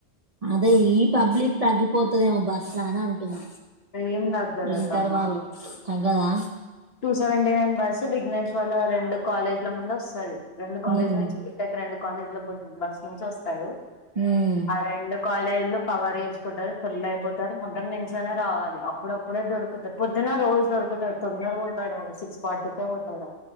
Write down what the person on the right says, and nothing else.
అదే ఈ పబ్లిక్ తగ్గిపోతదేమో బస్ అని అంటుంన్న
ఇంటర్ వాళ్ళు తగ్గదా
ఉమ్
ఉమ్